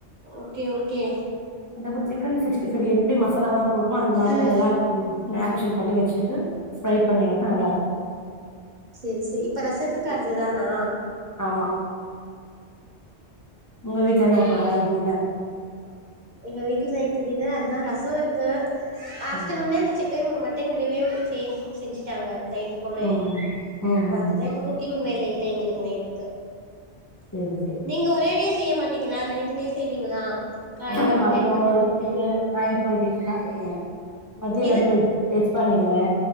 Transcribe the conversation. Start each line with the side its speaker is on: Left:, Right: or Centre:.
Right: ஓகே ஓகே
Left: அதேபோல சிக்கன் சிஸ்டி ஃபைவ்க்கு எப்டி மசாலாலா போடுவோ அந்த மாரி
Right: ம்
Left: நல்லா ம் மேக்னேஷன் பண்ணி வச்சிட்டு ஃப்ரை பண்ணி எடுத்தா நல்லாருக்கு
Right: செரி செரி இப்ப ரசத்துக்கு அதுதானா
Left: ஆமா உங்க வீட்டுல என்ன இப்ப நைட் டின்னர்
Right: எங்க வீட்டுல நைட்ல டின்னர் அதா ரசோ இருக்கு ஆஃப்டர்நோண்னே
Left: ம்
Right: இந்த சிக் சிக்கன் மட்டன் கிரேவியும் சேத்து செஞ்சிட்டாங்க நைட்டுக்குமே
Left: ம் ம்
Right: இப்ப
Left: ம்
Right: அதுதா
Left: ம்
Right: இப்ப குக்கிங் வே ல இல்ல எங்களுக்கு நைட்டுக்கு
Left: சேரி சேரி
Right: நீங்க ஒரேடியா செய்ய மாட்டீங்களா தனித்தனியா செய்வீங்களா காலைல
Left: இல்ல
Right: ஒரு
Left: மதியோ
Right: டைம் மதியானோ
Left: ஒரு டிஷ்சி
Right: டைம்
Left: நைட்டு ஒரு டிஷ்சி தா செய்வோ
Right: ம்
Left: மதியோ ஏதாவது
Right: எது
Left: வெஜ் வெஜ் பண்ணிருவே